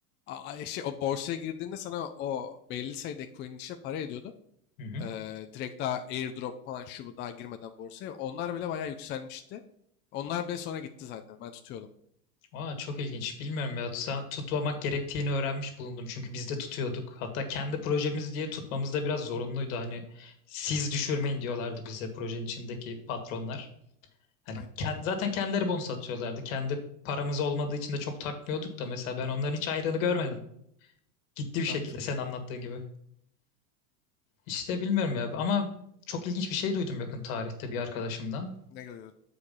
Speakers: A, on the left (about 25°); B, on the left (about 65°).
A: A, a- şey, o borsaya girdiğinde sana o belli sayıda coin işte para ediyordu.
B: Hı hı.
A: Ee, direkt daha airdrop falan şu bu daha girmeden borsaya. Onlar bile bayağı yükselmişti. Onlar bile sonra gitti zaten. Ben tutuyordum.
B: Oha, çok ilginç. Bilmiyorum ya. Sa- Tutmamak gerektiğini öğrenmiş bulundum. Çünkü biz de tutuyorduk. Hatta kendi projemiz diye tutmamız da biraz zorunluydu. Hani siz düşürmeyin diyorlardı bize projenin içindeki patronlar. Hani
A: Aynen.
B: ken- zaten kendileri bonus atıyorlardı. Kendi paramız olmadığı için de çok takmıyorduk da mesela ben onların hiç ayrını görmedim. Gitti bir şekilde
A: Abi çok.
B: sen anlattığın gibi. İşte bilmiyorum ya ama çok ilginç bir şey duydum yakın tarihte bir arkadaşımdan.
A: Ne görüyordum?